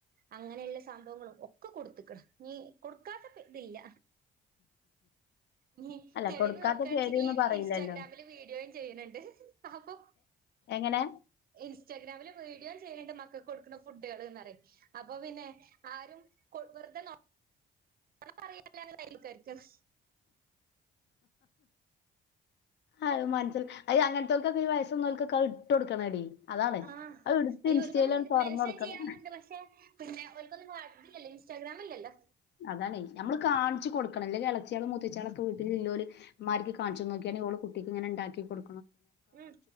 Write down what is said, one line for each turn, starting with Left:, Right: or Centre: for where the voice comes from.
Right: അങ്ങനെയൊള്ള സംഭവങ്ങളും ഒക്കെ കൊടുത്ത്ക്ക്ണ് ഇനി കൊടുക്കാത്ത ഇതില്ല ഇനി
Left: അല്ല
Right: തെളിവ്
Left: കൊടുക്കാത്ത
Right: നോക്കുകാച്ചെങ്കില്
Left: പേര്ന്ന് പറയില്ലല്ലോ
Right: ഇൻസ്റ്റാഗ്രാമില് വീഡിയോ ചെയ്യാണ് ണ്ട് ആ പ്പൊ
Left: എങ്ങനെ
Right: ഇൻ ഇൻസ്റ്റാഗ്രാമില് വീഡിയോ ചെയ്യണ് ണ്ട് മക്കക്ക് കൊടുക്കുന്ന ഫുഡുകള്ന്ന് പറയും അപ്പൊ പിന്നെ ആരും കൊ വെറുതെ നോ നൊണ പറയ <unintelligible>
Left: അത് മനസ്സിൽ അത് അങ്ങനത്തേക്കൊക്കെ ഈ വയസുള്ളോർക്ക് ഇട്ട് കൊടുക്കണെടി അതാണ്
Right: ആഹ്
Left: അത് എടുത്ത്
Right: അയ്യോ
Left: ഇൻസ്റ്റയിലൊന്ന്
Right: അവരുക്കൊന്ന്
Left: തൊറന്ന്
Right: മെൻഷൻ
Left: കൊടുക്കണം
Right: ചെയ്യണന്നുണ്ട് പക്ഷെ പിന്നെ ഒ രുക്കൊന്നും വാ ഇതില്ലല്ലോ ഇൻസ്റ്റാഗ്രാമില്ലല്ലോ
Left: അതാണെ നമ്മള് കാണിച്ചു കൊടുക്കണം ഇല്ലെങ്കി ഇളയിച്ചയാളും മുത്തച്ചിയാളൊക്കെ വീട്ടിൽ ഉള്ളൊരു ഉമ്മാര്ക്ക് കാണിച്ച് നോക്കിയാണങ്കി ഓള് കുട്ടിക്ക് ഇങ്ങനെ ഇണ്ടാക്കി കൊടു
Right: ഉം